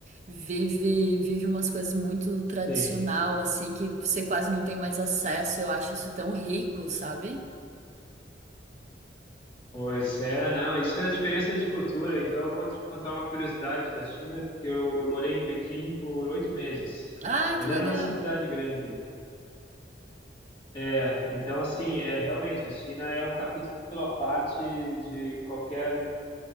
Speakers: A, on the right; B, on the left.
A: Vive, vive umas coisas muito tradicional,
B: Sim.
A: assim, que você quase não tem mais acesso. Eu acho isso tão rico, sabe?
B: Pois é, não, isso é a diferença de cultura. Então, eu vou te contar uma curiosidade da China, porque eu, eu morei em Pequim por oito meses,
A: Ah,
B: mas
A: que legal!
B: era na cidade grande, né? é Então, assim, é realmente a China é um capítulo à parte de qualquer